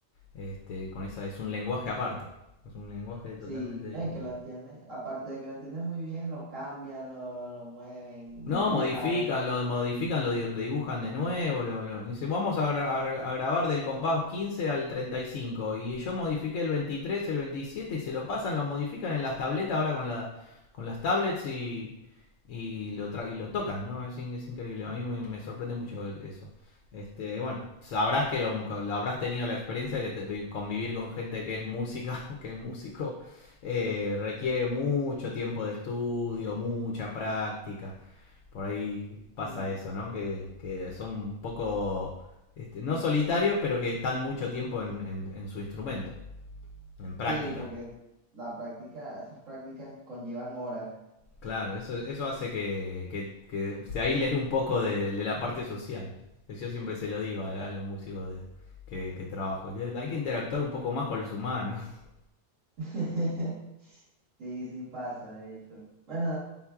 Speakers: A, on the left; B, on the right.
A: este, con esa. Es un lenguaje aparte, es un lenguaje totalmente
B: Sí,
A: distinto.
B: no, y que lo entiende. Aparte de que lo entiende muy bien, lo cambian, lo, lo mueven,
A: No,
B: dibujan.
A: modifican, lo modifican, lo dibujan de nuevo. Lo, lo- dice, vamos a, gra- a grabar del compás 15 al treinta Y cinco y yo modifiqué el 23 el 27 y se lo pasan, lo modifican en las tabletas ahora con, la, con las tablets y, y, lo tra- y lo tocan, ¿no? Es, in- es increíble. A mí me, me sorprende mucho eso. Este, bueno, sabrás que lo, habrás tenido la experiencia que te- convivir con gente que es música, <laughs> que es músico, eh, requiere mucho tiempo de estudio, mucha práctica por ahí pasa
B: Sí,
A: eso, ¿no? Que, que son un poco, este, no solitarios, pero que están mucho tiempo en, en, en su instrumento, en práctica.
B: sí, porque la práctica, esas prácticas conllevan horas.
A: Claro, eso, eso hace que, que, que se aíslen un poco de, de, la parte social. Yo siempre se lo digo
B: Sí,
A: a, a los músicos de, que, que, trabajo. Hay que interactuar un poco más con los humanos. <laughs>
B: <laughs> sí sí pasa, de hecho. Bueno,